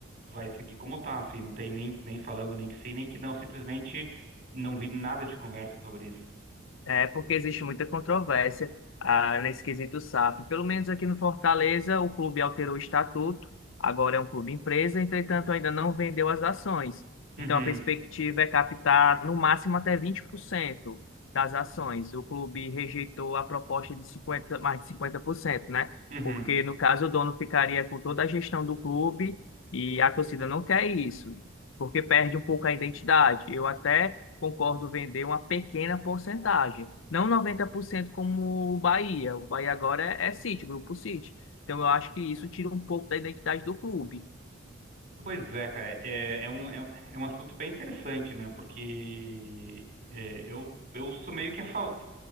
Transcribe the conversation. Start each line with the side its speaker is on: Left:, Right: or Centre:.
Right: vai seguir como tá, assim. Não tem nem, nem falando nem que sim, nem que não. Simplesmente não vi nada de conversa sobre isso.
Left: É porque existe muita controvérsia ah, nesse quesito SAF. Pelo menos aqui no Fortaleza, o clube alterou o estatuto, agora é um clube empresa, entretanto, ainda não vendeu as ações.
Right: Uhum,
Left: Então, a perspectiva é captar no máximo até 20% das ações. O clube rejeitou a proposta de 50, mais de 50%, né?
Right: uhum.
Left: Porque, no caso, o dono ficaria com toda a gestão do clube e a torcida não quer isso, porque perde um pouco a identidade. Eu até concordo vender uma pequena porcentagem, não 90% como o Bahia. O Bahia agora é, é City, Grupo City. Então eu acho que isso tira um pouco da identidade do clube.
Right: Pois é, cara, é, é um, é, um é um assunto bem interessante, né? Porque é, eu, eu sou meio que a favor.